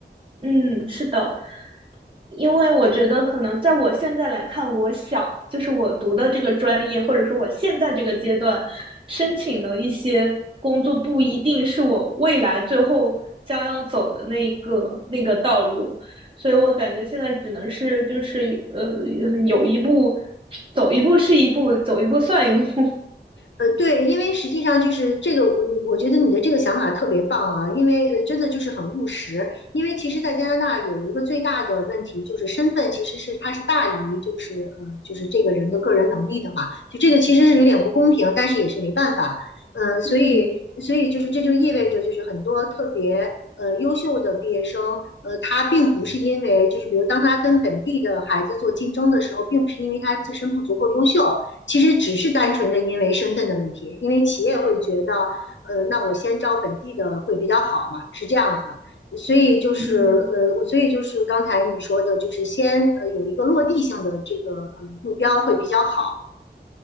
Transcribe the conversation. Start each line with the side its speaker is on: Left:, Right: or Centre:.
Right: 嗯是的。因为我觉得可能在我现在来看，我想就是我读的这个专业，或者说我现在这个阶段申请的一些工作，不一定是我未来最后将要走的那个那个道路，所以我感觉现在只能是就是呃有一步走一步是一步，走一步算一步。<laughs>
Left: 呃，对，因为实际上就是这个，我我觉得你的这个想法特别棒啊，因为呃真的就是很务实。因为其实，在加拿大有一个最大的问题就是身份其实是它是大于就是呃就是这个人的个人能力的嘛，就这个其实是有点不公平，但是也是没办法。呃，所以所以就是这就意味着就是很多特别呃优秀的毕业生，
Right: 嗯
Left: 呃，他并不是因为就是比如当他跟本地的孩子做竞争的时候，并不是因为他自身不足够优秀。其实只是单纯的因为身份的问题，因为企业会觉得，呃，那我先招本地的会比较好嘛，是这样子的。所以就是呃，
Right: 嗯
Left: 我所以就是刚才你说的，就是先呃有一个落地性的这个呃目标会比较好。